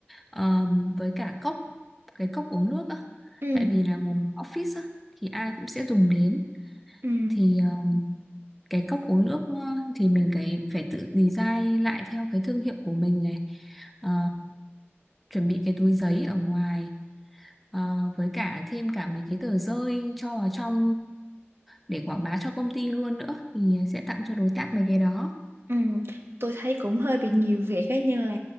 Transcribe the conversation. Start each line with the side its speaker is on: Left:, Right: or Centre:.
Centre: ờ, với cả cốc cái cốc uống nước á.
Right: Ừ,
Centre: Tại vì là ngồi office á thì ai cũng sẽ dùng đến
Right: ừ,
Centre: thì ờ, cái cốc uống nước ờ, thì mình cái phải tự design lại theo cái thương hiệu của mình này. Ờ, chuẩn bị cái túi giấy ở ngoài ờ, với cả thêm cả mấy cái tờ rơi cho vào trong để quảng bá cho công ty luôn nữa thì sẽ tặng cho đối tác mấy cái đó
Right: ừ. Tôi thấy cũng hơi bị nhiều việc ấy nhưng là